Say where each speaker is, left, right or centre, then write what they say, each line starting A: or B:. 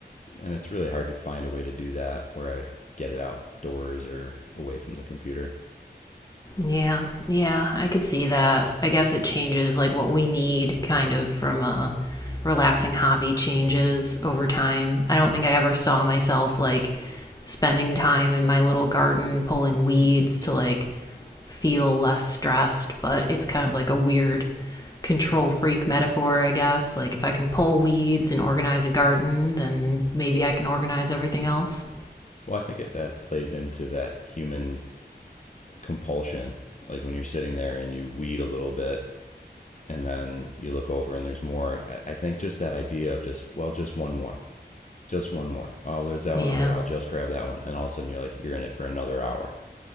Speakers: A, on the left; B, on the left.
A: and it's really hard to find a way to do that where i get it outdoors or away from the computer
B: Yeah. Yeah, I could see that. I guess it changes like what we need kind of from a relaxing hobby changes over time. I don't think I ever saw myself like spending time in my little garden pulling weeds to like feel less stressed, but it's kind of like a weird control freak metaphor, I guess. Like, if I can pull weeds and organize a garden, then maybe I can organize everything else.
A: well i think it, that plays into that human compulsion like when you're sitting there and you weed a little bit and then you look over and there's more I- i think just that idea of just well just one more just one more. Oh, there's that
B: Yeah.
A: one over there. I'll just grab that one. And all of a sudden you're like, you're in it for another hour